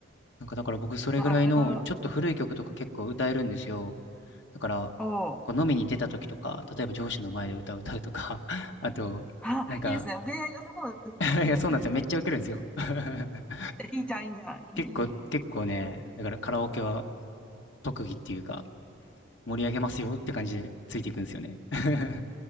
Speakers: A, on the left (about 60°); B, in the centre.
A: なんかだから僕それぐらいのちょっと古い曲とか結構歌えるんですよ。
B: あれは、
A: だから、
B: を
A: こう飲みに出た時とか、例えば上司の前で歌を歌うとか、<laughs> あと、
B: あ、
A: なんか、
B: いいですね。恋愛良さそうですね。
A: <laughs> いや、
B: いいですね。
A: そうなんですよ。めっちゃウケるんですよ。<laughs>
B: え、いいじゃん、いいじゃん。いい、
A: 結構、
B: いい、
A: 結構ね、
B: いいですね。
A: だからカラオケは特技っていうか、盛り上げますよって感じでついていくんですよね。<laughs>